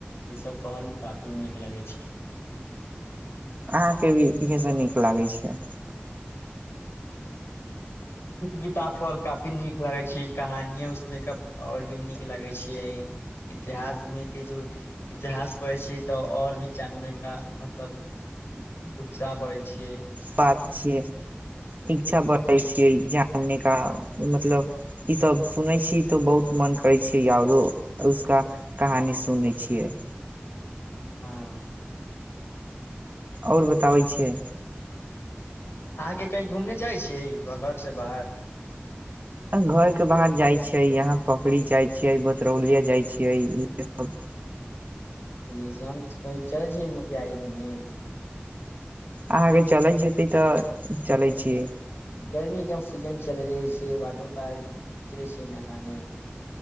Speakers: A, on the left; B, on the right.
A: ईसभ पहल काफी नीक लगै छै
B: अहाँके भी इहसभ नीक लागै छै
A: किताब प काफी नीक लगे छै कहानिय उसमे आओर भी नीक लगे छैियै इतिहास मे के जो इतिहास पढ़े छियै तऽ आओर भी जानने का मतलब उत्साह बढ़े छियै
B: बात छिय इच्छा बढ़ै छियै जानने का मतलब ईसभ सुनै छीयै तऽ बहुत मन करै छियै आओरो उसका कहानी सुनै छियै
A: हँ
B: आओर बताबै छियै
A: अहाँके कही घूमने जाइ छियै घरसँ बाहर
B: घर के बाहर जाइ छियै यहाँ पकड़ी जाइ छियै बतरौलिया जाइ छियै इह सब
A: चल हम कही चल छै मोतिहारी घूमे
B: अहाँके चलैत जेतै तऽ चलैत छियै
A: गर्मीके सीजन चलैत रहै छै वाटर पार्क चलै छै नहाने